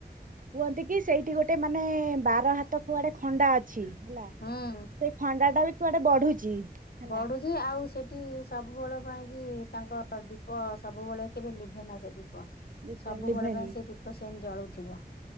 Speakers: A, on the right; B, on the left.
A: କୁହନ୍ତି କି ସେଇଠି ଗୋଟେ ମାନେ ବାର ହାତ କୁଆଡେ ଖଣ୍ଡା ଅଛି ହେଲା।
B: ହୁଁ।
A: ସେଇ ଖଣ୍ଡା ଟା ବି କୁଆଡେ ବଢୁଛି। ହେଲା।
B: ବଢୁଛି ଆଉ ସେଠି ସବୁବେଳ ପାଇଁକି ତାଙ୍କ ଦୀପ ସବୁବେଳେ କେବେ ଲିଭେନା ସେ ଦୀ ପ
A: ଲିଭେନି
B: ସବୁବେଳେ ପାଇଁ ସେ ଦୀପ ସେମିତି ଜଳୁଥିବ।